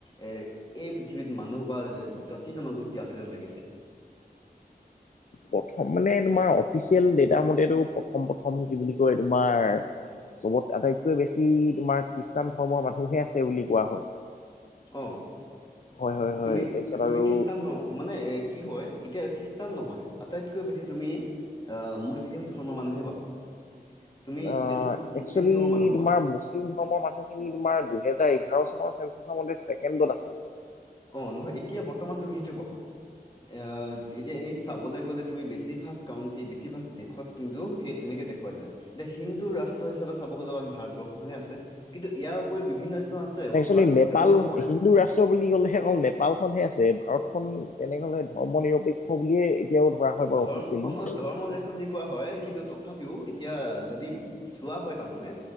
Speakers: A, on the left; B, on the left.
A: এ এই পৃথিৱীত মানুহ বা জাতি জনগোষ্ঠী আছে যেন লাগিছে?
B: প্ৰথম মানে তোমাৰ অফিচিয়েল ডেটা মতেটো প্ৰথম- প্ৰথম কি বুলি কয় তোমাৰ চবত আটাইতকৈ বেছি তোমাৰ খ্ৰীষ্টান ধৰ্মৰ মানুহে আছে বুলি কোৱা হয়।
A: অ,
B: হয় হয় হয়
A: তুমি
B: তাৰপিছত
A: -তুমি
B: আৰু
A: খ্ৰীষ্টান ধৰ্ম মানে ৰেক কি হয় এতিয়া খ্ৰীষ্টান নহয় আটাইতকৈ বেছি তুমি আহ, মুছলিম ধৰ্মৰ মানুহে পাবা। তুমি
B: অ,
A: বেছিকৈ মুছলিম
B: একচুলি
A: ধৰ্মৰ মানুহ পাবা
B: তোমাৰ মুচ <unintelligible> ধৰ্মৰ মানুহখিনি তোমাৰ দুহেজাৰ এঘাৰ চনৰ চেন্ঞ্চাছৰ মতে ছেকেণ্ডত আছিলে।
A: অ, নহয় এতিয়া বৰ্তমান তুমি সেইটো পাবা এ এতিয়া এ চাবলে গ'লে তুমি বেছিভাগ কাউন্টে বেছিভাগ দেশত কিন্তু সেই তেনেকে দেখোৱা যায়। এতিয়া হিন্দু ৰাষ্ট্ৰ হিচাপে চাব গ'লে আমি ভাৰতবৰ্ষখনে আছে কিন্তু ইয়াৰ উপৰি বিভিন্ন স্থান আছে অকল
B: একচুলি
A: ভাৰতবৰ্ষতে
B: নেপাল
A: বুলি নহয়।
B: হিন্দু ৰা <unintelligible> বুলি ক'লেহে অকল নেপালখনহে আছে ভাৰতখন তেনে হলে ধৰ্ম নিৰপেক্ষ বুলিয়ে এতিয়াও ধৰা হয় বাৰু
A: ধৰ্ম
B: অফিচিয়েলি
A: অহ, ধৰ্মদেশ বুলি কোৱা হয় কিন্তু ত তথাপিও এতিয়া যদি চোৱা হয় তাৰমানে